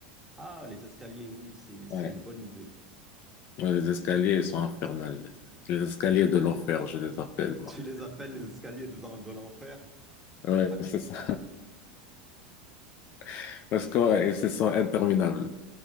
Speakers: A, in the centre; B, on the left (about 50°).
A: Ah, les escaliers, oui, oui, c'est, c'est
B: Ouais.
A: une bonne idée.
B: Ouais, Les escaliers, ils sont infernales. Les escaliers de l'enfer, je les appelle, moi.
A: Tu les appelles les escaliers de, de l'enfer?
B: Oui,
A: Ah,
B: c'est ça. <laughs> Parce que, ouais, ils sont interminables.